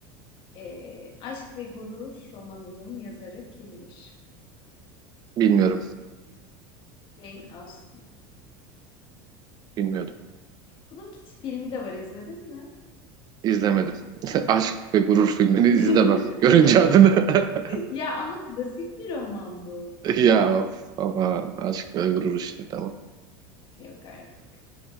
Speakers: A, on the left (about 50°); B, on the right (about 35°).
A: E, Aşk ve Gurur romanının yazarı kimdir?
B: Bilmiyorum.
A: Jane Austen.
B: Bilmiyordum.
A: Bunun kit- filmi de var, izledin mi?
B: İzlemedim. <laughs> Aşk ve Gurur filmini izlemem.
A: <laughs>
B: Görünce adını. <laughs>
A: Ya ama klasik bir roman bu.
B: Ya of, ama Aşk ve Gurur işte tamam.
A: Yok artık.